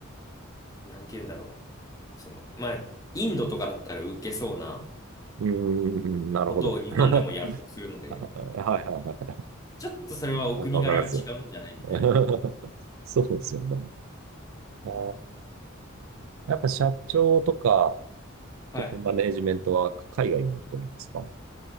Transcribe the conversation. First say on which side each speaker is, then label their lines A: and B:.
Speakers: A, on the left; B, on the right.
A: なんて言うんだろうな。その、まあ、インドとかだったら受けそうな
B: うーん。なるほど。
A: ことを日本でもやろうとするので、
B: <laughs> はいはいは
A: ちょっとそれはお国柄が違うんじゃないみたいな。
B: い。なんかわかりますよ。<laughs> そうですよね。ああ、
A: はい。
B: やっぱ社長とか、
A: はい。
B: トップマネージメントは海外の人なんですか